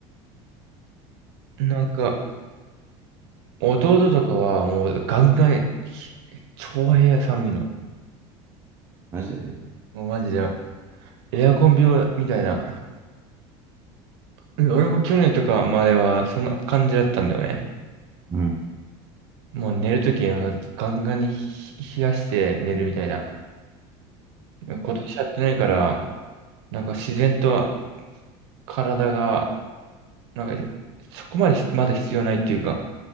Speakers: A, on the right; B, on the right.
A: なんか、弟とかはもうガンガン、ひ超部屋寒いの。
B: マジで。
A: もうマジで、エアコン病みたいな。で俺も去年とかまではそんな感じだったんだよね。
B: うん。
A: もう寝るときなんかガンガンにひ冷やして寝るみたいな。今年やってないから、なんか自然と体が、なんかそこまでしまだ必要ないっていうか、